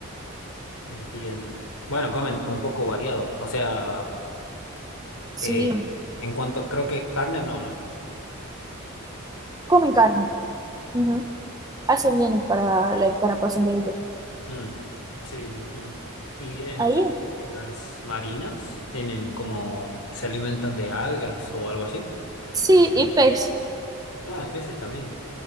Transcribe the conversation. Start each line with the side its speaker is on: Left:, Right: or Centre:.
Left: Entiendo. Bueno, comen un poco variado. O sea,
Right: Sí,
Left: eh, en cuanto, creo que carne no, ¿no?
Right: comen carne, ujú, Hace bien para la carapazo de ellos.
Left: Mm, sí, me imagino. Y en
Right: Ahí,
Left: el caso de las marinas, tienen como, se alimentan de algas o algo así.
Right: sí, y pez.
Left: Ah, y peces también.